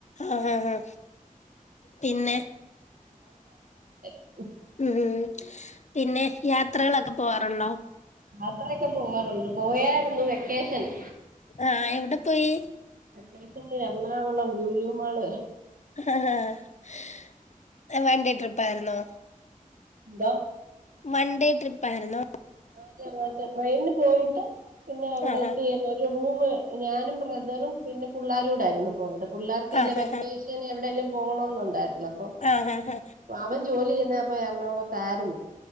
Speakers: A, on the left; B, on the right.
A: ആഹ് ആഹ് പിന്നെ
B: <unintelligible>
A: ഉം പിന്നെ യാത്രകളൊക്കെ പോവാറുണ്ടോ
B: അത്രയൊക്കെ പോവാറുണ്ട് പോയായിരുന്നു വെക്കേഷന്
A: ആഹ് എവിടെ പോയി
B: അദേത്തിന്റെ എറണാകുളം ലൂലു മാള്
A: <unintelligible> വൻടെ ട്രിപ്പയിരുന്നോ
B: ന്തോ
A: വൺഡേ ട്രിപ്പായിരുന്നോ
B: <unintelligible> മാത്ര ട്രെയിനി പോയിട്ട് പിന്നെ അവിടെ
A: ആഹ്
B: എത്തിയ ഈ റൂം ഞാനും ബ്രദറും പിന്നെ പിള്ളേരും കൂടൊയിരുന്നു പോയത് പിള്ളേർക്ക്ലെ
A: ആഹ്
B: വെക്കഷ
A: ആഹ്
B: എവിടെേങ്കലും പോണന്നുണ്ടായിരുന്നു അപ്പൊ
A: ആഹ് ആഹ്
B: അവൻ ജോലി ചെയ്യുന്ന അപ്പ എറണാകുളത്തായിരുന്നു